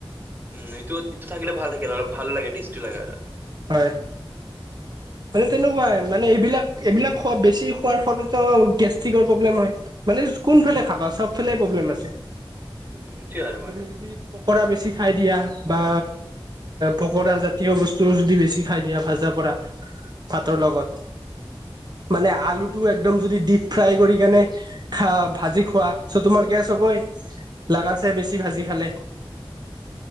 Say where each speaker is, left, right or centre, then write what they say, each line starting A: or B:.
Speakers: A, on the right (about 20°); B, on the right (about 50°).
A: উম এইটো ইটো থাকিলে ভাল থাকিল আৰু ভাল লাগে টেষ্টি লাগে আৰ।
B: হয়। মানে তেনেকুৱাই মানে এইবিলাক এইবিলাক খোৱা বেছি খোৱাৰ ফলতো গেষ্ট্ৰিকৰ প্ৰব্লেম হয়। মানে কোনফালে খাবা চব ফালে প্ৰব্লেম আছে।
A: উম সেইটোৱে আৰু
B: তুমি
A: মানে
B: যদি পকৰা বেছি খাই দিয়া বা পকৰা জাতীয় বস্ত- চজ যদি বেছি খাই দিয়া ভাজা পৰা ভাতৰ লগত। মানে আলুটো একদম যদি ডিপ ফ্ৰাই কৰি কেনে খা ভাজি খোৱা চ তোমাৰ গেছ হ'বই। লাগাছে বেছি ভাজি খালে।